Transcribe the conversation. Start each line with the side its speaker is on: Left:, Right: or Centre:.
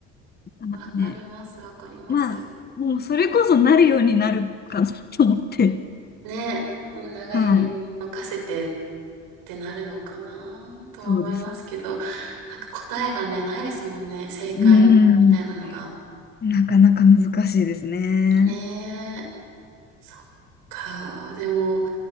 Left: <laughs> なんかね、
Right: ー、わかります、わかります。
Left: まあ、もうそれこそなるようになるかなと思って。
Right: ねえ、もう流れに身を任せてっ
Left: はい。
Right: てなるのかなとは思いますけど、
Left: そうです。
Right: なんか答えがね、ないですもんね、正解みたいなのが。
Left: うん。なかなか難しいですね。
Right: ねえ。そっか。でも、